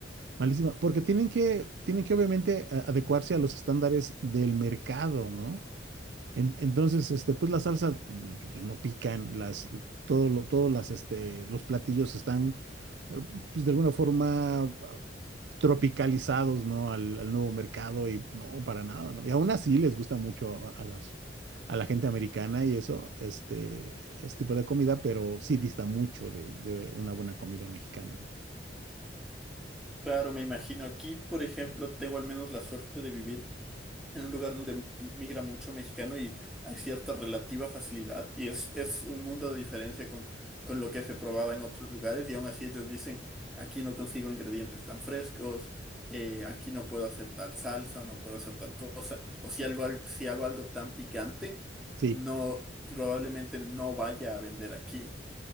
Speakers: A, on the right; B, in the centre.
A: malísima, porque tienen que, tienen que obviamente a- adecuarse a los estándares del mercado, ¿no? En- entonces,
B: Sí.
A: este, pues la salsa pues, pues, no pican, las, todo lo, todos las, este, los platillos están, eh, pues de alguna forma ah, tropicalizados, ¿no? Al, al nuevo mercado y no, para nada, ¿no? Y aún así les gusta mucho a, a las, a la gente americana y eso, este, este tipo de comida, pero sí dista mucho de, de una buena comida mexicana, ¿no?
B: Claro, me imagino aquí, por ejemplo, tengo al menos la suerte de vivir en un lugar donde migra mucho mexicano y hay cierta relativa facilidad. Y es, es un mundo de diferencia con, con lo que se probaba en otros lugares. Y aún así ellos dicen, aquí no consigo ingredientes tan frescos, eh, aquí no puedo hacer tal salsa, no puedo hacer tal cosa. O si algo, al- si hago algo tan picante,
A: Sí.
B: no, probablemente no vaya a vender aquí.